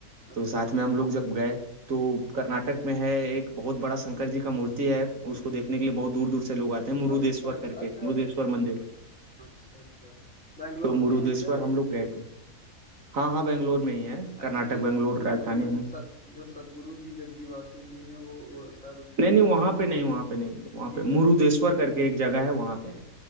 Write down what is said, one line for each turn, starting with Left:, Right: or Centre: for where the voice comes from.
Centre: अच्छा।
Right: तो साथ में हम लोग जब गए तो कर्नाटक में है एक बहुत बड़ा शंकर जी का मूर्ति है उसको देखने के लिए बहुत दूर दूर से लोग आते हैं मुरुदेश्वर
Centre: अच्छा,
Right: करके
Centre: अच्छा।
Right: मुरुदेश्वर मंदिर
Centre: अच्छा, अच्छा। बैंगलोर
Right: तो मुरुदेश्वर
Centre: में है क्या ये?
Right: हम लोग गए थे हाँ हाँ बेंगलोर में ही है
Centre: अच्छा
Right: कर्नाटक
Centre: ये स
Right: बेंगलोर
Centre: जो
Right: राजधानी
Centre: जो
Right: है ना
Centre: सत जो सद्गुरु जी जग्गी वासु जी हैं वो वो शायद उनके
Right: नहीं नहीं
Centre: यहाँ
Right: वहां
Centre: का
Right: पे नहीं वहां पे नहीं वहां
Centre: है।
Right: पे
Centre: इस अच्छा,
Right: मुरुदेश्वर
Centre: अच्छा।
Right: करके एक जगह है वहां पे है